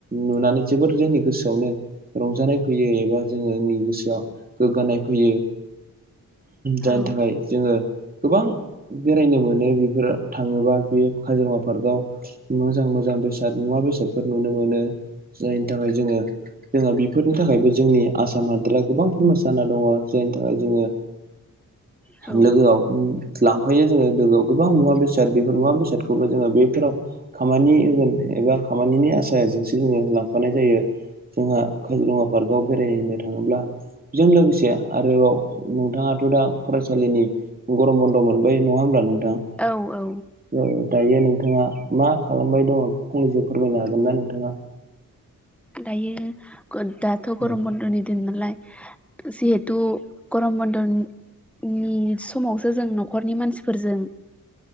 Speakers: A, on the right; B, in the centre.
A: नुनानै जोबोद जोंनि गोसोआवनो रंजानाय फैयो एबा जोङोनि गोसोआव गोग्गानाय फैयो जायनि
B: औ
A: थाखाय जोङो गोबां बेरायनो मोनो बेफोर थाङोबा बे काजिरङा पार्कआव मोजां मोजां बेसाद मुवा बेसादफोर नुनो मोनो जायनि थाखाय जोङो जोंहा बेफोरनि थाखायबो जोंनि आसाम हादोरा गोबां फेमास जाना दङ जायनि थाखाय जोङो
B: <inaudible> औ
A: लोगोआव उम लांफायो जोङो लोगोआव गोबां मुवा बेसाद बेफोर मुवा बेसादखौबो जोङो बेफोराव खामानि होगोन एबा खामानिनि आसाजोंसो जोङो लांफानाय जायो जोंहा काजिरङा पार्कआव बेरायहैनो थाङोब्ला बेजों लोगोसे आरोबाव नोंथाङाथ दा फरायसालिनि गरम बन्द मोनबाय नङा होमब्ला नोंथां
B: औ औ
A: दायो नों नोंथाङा मा खालामबाय दङ फंनैसो फोरमायनो हागोन ना नोंथाङा
B: दायो दाथ गरम
A: औ
B: बन्दनि दिन नालाय जिहे तु गरम बन्द नि समावसो जों नखरनि मानसिफोरजों